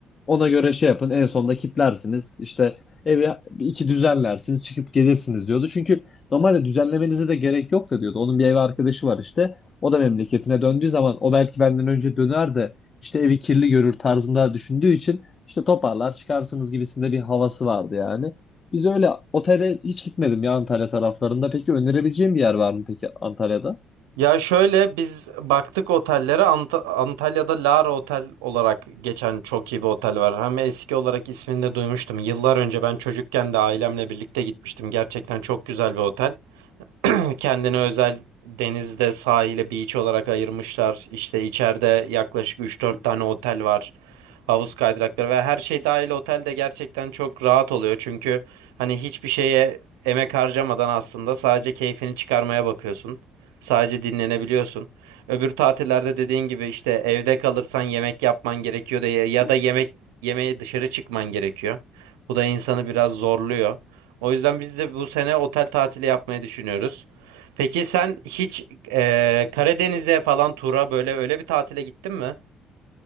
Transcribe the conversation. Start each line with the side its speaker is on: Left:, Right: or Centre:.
Left: Ona göre şey yapın. En sonunda kitlersiniz. İşte evi bir iki düzenlersiniz. Çıkıp gelirsiniz diyordu. Çünkü normalde düzenlemenize de gerek yok da diyordu. Onun bir ev arkadaşı var işte. O da memleketine döndüğü zaman o belki benden önce döner de işte evi kirli görür tarzında düşündüğü için işte toparlar çıkarsınız gibisinde bir havası vardı yani. Biz öyle otele hiç gitmedim ya Antalya taraflarında. Peki önerebileceğim bir yer var mı peki Antalya'da?
Right: Ya şöyle biz baktık otellere Ant- Antalya'da Lara Otel olarak geçen çok iyi bir otel var. Hem eski olarak ismini de duymuştum. Yıllar önce ben çocukken de ailemle birlikte gitmiştim. Gerçekten çok güzel bir otel. <clears throat> kendine özel denizde sahile beach olarak ayırmışlar. İşte içeride yaklaşık üç dört tane otel var. Havuz kaydırakları ve her şey dahil otel de gerçekten çok rahat oluyor. Çünkü hani hiçbir şeye emek harcamadan aslında sadece keyfini çıkarmaya bakıyorsun. Sadece dinlenebiliyorsun. Öbür tatillerde dediğin gibi işte evde kalırsan yemek yapman gerekiyor da ya ya da yemek yemeye dışarı çıkman gerekiyor. Bu da insanı biraz zorluyor. O yüzden biz de bu sene otel tatili yapmayı düşünüyoruz. Peki sen hiç e, Karadeniz'e falan tura böyle öyle bir tatile gittin mi?